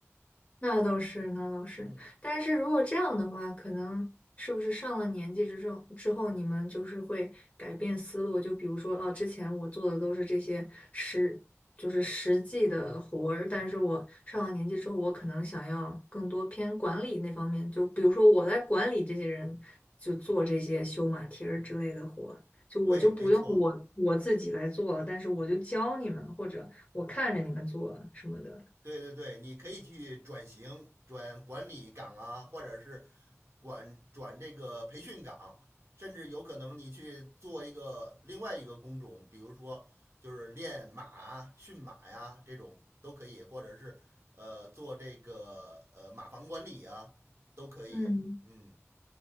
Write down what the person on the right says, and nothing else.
嗯，
对，没错。
对对对，你可以去转型，转管理岗啊，或者是管转这个培训岗，甚至有可能你去做一个另外一个工种，比如说就是练马啊、驯马呀这种都可以，或者是呃做这个呃马房管理啊都可以。
嗯